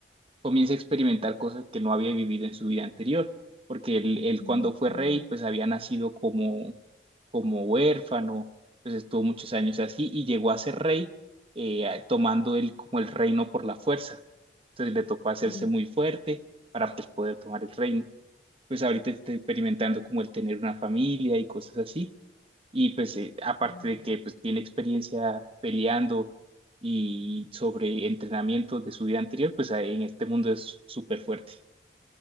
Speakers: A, on the right; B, on the left.
A: comienza a experimentar cosas que no había vivido en su vida anterior, porque él, él
B: mm,
A: cuando fue
B: mm,
A: rey, pues había nacido como, como huérfano, pues estuvo muchos años así y llegó a ser rey eh, a- tomando él como el reino por la fuerza. Entonces le tocó hacerse
B: mm,
A: muy fuerte para pues, poder tomar el reino. Pues ahorita está experimentando como el tener una familia y cosas así, y pues eh, aparte
B: mm.
A: de que pues tiene experiencia peleando y sobre entrenamiento de su vida anterior, pues ahí en este mundo es súper fuerte.